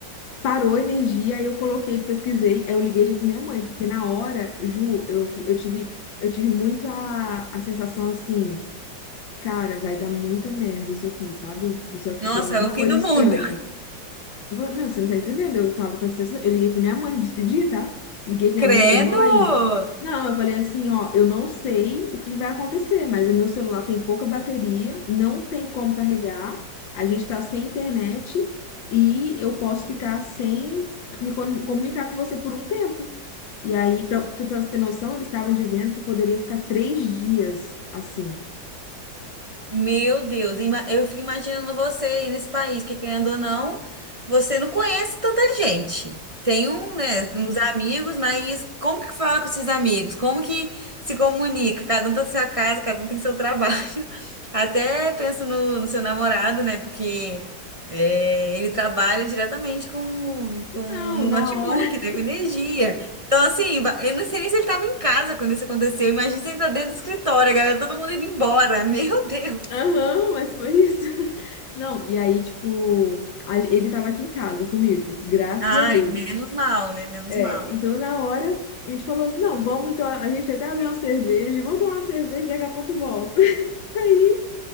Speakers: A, on the left; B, on the right.
A: parou a energia, aí eu coloquei, pesquisei, aí eu liguei já pra minha mãe, porque na hora, Ju, eu, eu tive, eu tive muito a, a sensação assim, cara, vai dar muita merda isso aqui, sabe? Isso aqui
B: Nossa,
A: tem alguma
B: é o fim
A: coisa
B: do
A: estranha.
B: mundo.
A: Vo- Meu, você não tá entendendo? Eu tava com essa sensação. Eu liguei pra minha mãe, me despedi, tá? Liguei pra minha
B: <laughs> Credo!
A: mãe e falei, mãe. Não, eu falei assim, ó, eu não sei o que vai acontecer, mas o meu celular tem pouca bateria, não tem como carregar, a gente tá sem internet e eu posso ficar sem me com- comunicar com você por um tempo. E aí, pra, porque pra você ter noção, eles estavam dizendo que poderia ficar três dias assim.
B: Meu Deus, ima- eu fico imaginando você aí nesse país, que querendo ou não, você não conhece tanta gente. Tem um, né, uns amigos, mas como que fala com esses amigos? Como que se comunica? Cada um tem sua casa, cada um tem seu trabalho. <laughs> Até penso no, no seu namorado, né? Porque é, ele trabalha diretamente com, com um
A: Não, na
B: notebook,
A: hora.
B: né? Com energia. Então, assim, va- eu não sei nem se ele estava em casa quando isso aconteceu. Imagina se ele tá dentro do escritório, a galera, todo mundo indo embora. <laughs> Meu Deus!
A: Aham, mas foi isso. <laughs> Não, e aí, tipo, a- ele tava aqui em casa comigo, graças
B: Ai,
A: a Deus.
B: menos mal, né? Menos
A: É,
B: mal.
A: então na hora a gente falou assim: não, vamos então, a gente até abriu uma cerveja, vamos tomar uma cerveja, daqui a pouco volta. <laughs> Aí